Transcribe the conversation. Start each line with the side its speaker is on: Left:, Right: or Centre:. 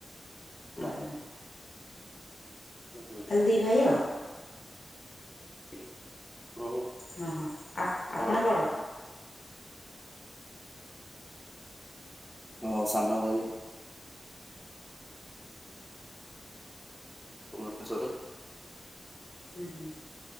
Centre: ନାହାନ୍ତି।
Left: ଓହୋ
Centre: ମୁଁ ଦୁଇ ଜଣ
Left: ଖାଲି ଦି ଭାଇ ଆଉ।
Centre: ଭାଇ ମୁଁ
Left: ହଁ ହଁ ଆ
Centre: ମୋର
Left: ଆପଣ ବଡ଼।
Centre: ମୋ ସାନ ଭାଇ ଭୁବନେଶ୍ୱରରେ।
Left: ଉଁହୁଁ।